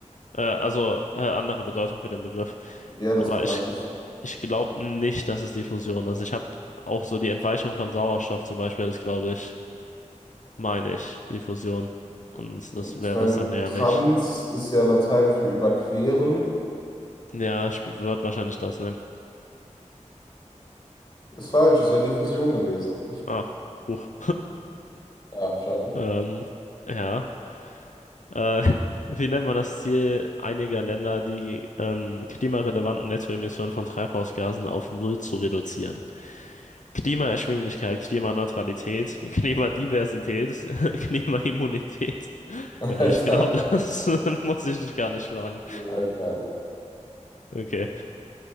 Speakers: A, on the left; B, on the left.
A: äh, also äh, andere Bedeutung für den Begriff.
B: Ja, das
A: Aber
B: meinte
A: ich,
B: ich.
A: ich glaube nicht, dass es Diffusion ist. Ich habe auch so die Entweichung von Sauerstoff zum Beispiel, das glaube ich, meine ich, Diffusion. Und das wäre
B: Ich meine,
A: das dann ja
B: trans
A: nicht.
B: ist ja Latein für überqueren.
A: Ja, ich würde wahrscheinlich das nehmen.
B: Ist falsch, ist ja Diffusion gewesen.
A: Ah, Huch.
B: Ja, schade.
A: Ähm, ja. Äh, <laughs> wie nennt man das Ziel einiger Länder, die ähm, klimarelevanten Nettoemissionen von Treibhausgasen auf Null zu reduzieren? Klimaerschwinglichkeit, Klimaneutralität, <laughs> Klimadiversität, <laughs> Klimaimmunität.
B: <laughs>
A: Ja,
B: Alter.
A: ich glaube, das <laughs> muss ich dich gar nicht fragen.
B: Nein, nein.
A: Okay.